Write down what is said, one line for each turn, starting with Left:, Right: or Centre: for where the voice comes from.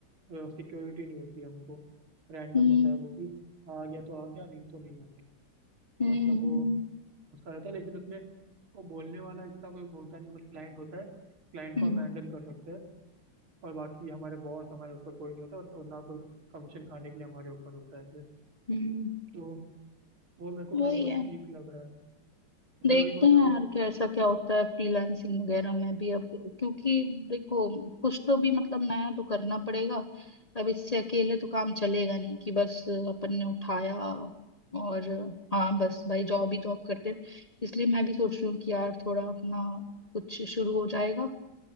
Right: सिक्योरिटी नहीं होती हमको रैंडम
Left: हम्म
Right: होता है वो कि आ गया तो आ गया नहीं तो नहीं आ गया तो
Left: हम्म
Right: मतलब
Left: हम्म
Right: वो उसका रहता है लेकिन उसमें वो बोलने वाला इतना कोई होता नहीं बस क्लाइंट होता है क्लाइंट
Left: हम्म
Right: को हम हैंडल कर सकते हैं और बाकी हमारे बॉस हमारे ऊपर कोई नहीं होता और, और ना कोई कमीशन खाने के लिए हमारे ऊपर होता है फिर
Left: हम्म, हम्म,
Right: तो वो मेरे को
Left: वही
Right: थोड़ा बहुत
Left: है
Right: ठीक लग रहा है तो
Left: देखते
Right: मैं वही सोच
Left: हैं
Right: रहा हूँ
Left: यार
Right: कि
Left: कैसा क्या होता है फ्रीलांसिंग वगैरह में भी अब क्योंकि देखो कुछ तो भी मतलब नया तो करना पड़ेगा अब इससे अकेले तो काम चलेगा नहीं कि बस अपन ने उठाया और हाँ बस भाई जॉब ही जॉब करते हैं। इसलिए मैं भी सोच रही हूँ कि यार थोड़ा अपना कुछ शुरू हो जाएगा